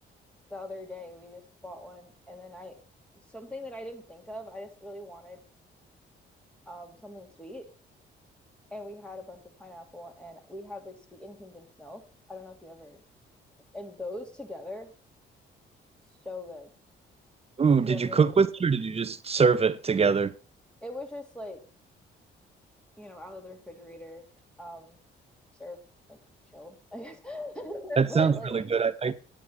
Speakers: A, in the centre; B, on the right (about 30°).
A: the other day we just bought one and then I something that I didn't think of, I just really wanted um something sweet and we had a bunch of pineapple and we had like sweetened condensed milk. I don't know if you ever and those together so good.
B: ooh,
A: If you
B: did
A: ever
B: you cook
A: like
B: with it or did you just serve it together?
A: it was just like, you know, out of the refrigerator, um served like chilled, I guess. <laughs>
B: That
A: but
B: sounds
A: like
B: really good. I, I,